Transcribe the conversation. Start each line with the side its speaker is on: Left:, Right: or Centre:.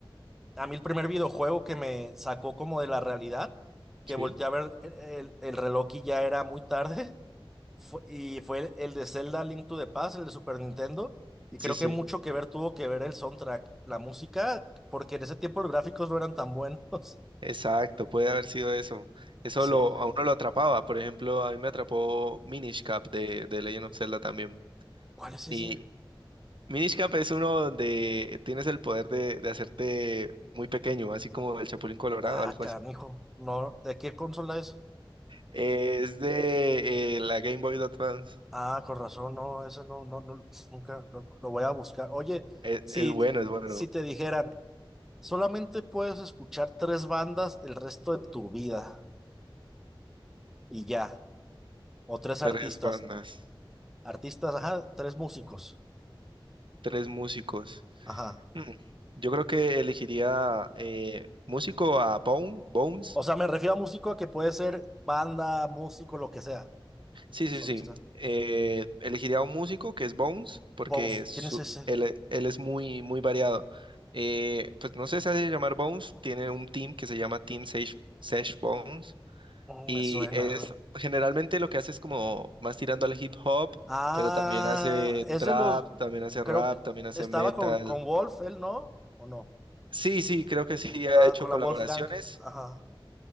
Centre: a mí el primer videojuego que me sacó como de la realidad, que
Right: Sí,
Centre: volteé a ver el, el- el reloj y ya era muy tarde, <laughs> fue- y fue el, el de Zelda Link to the Past, el de Super Nintendo, y
Right: Sí,
Centre: creo
Right: sí.
Centre: que mucho que ver tuvo que ver el soundtrack, la música, porque en ese tiempo los gráficos no eran tan buenos. <laughs>
Right: Exacto, puede haber sido eso. Eso
Centre: Sí.
Right: lo, a uno lo atrapaba. Por ejemplo, a mí me atrapó Minish Cap de, de Legend of Zelda también.
Centre: ¿Cuál es ese?
Right: Y Minish Cap es uno donde tienes el poder de, de hacerte muy pequeño, así como el Chapulín Colorado,
Centre: Ah,
Right: algo
Centre: canijo.
Right: así.
Centre: No, ¿de qué consola es?
Right: Es de eh, la Game Boy Advance.
Centre: Ah, con razón, no, eso no, no, no, nunca lo, lo voy a buscar. Oye,
Right: Es,
Centre: si,
Right: es bueno, es bueno.
Centre: si te dijeran, solamente puedes escuchar tres bandas el resto de tu vida y ya, o tres artistas,
Right: Tres bandas,
Centre: artistas, ajá, tres músicos,
Right: tres músicos.
Centre: ajá.
Right: Mm, Yo creo que elegiría eh, músico a Bone, Bones.
Centre: O sea, me refiero a músico a que puede ser banda, músico, lo que sea,
Right: Sí,
Centre: solista.
Right: sí, sí. Eh, elegiría a un músico que es Bones, porque
Centre: Bones,
Right: su-
Centre: ¿quién es ese?
Right: él, él es muy, muy variado. Eh, pues no sé si se llamar Bones, tiene un team que se llama Team Sesh, Sesh Bones.
Centre: Mm,
Right: Y
Centre: me suena.
Right: es generalmente lo que hace es como más tirando al hip hop,
Centre: Ah,
Right: pero también hace
Centre: es
Right: trap,
Centre: de los,
Right: también hace
Centre: creo
Right: rap,
Centre: que
Right: también hace
Centre: estaba
Right: metal.
Centre: con, con Wolf, él, ¿no? ¿O no?
Right: Sí, sí, creo que sí ha
Centre: Ah,
Right: hecho
Centre: con
Right: colaboraciones.
Centre: la Wolfgang. Ajá,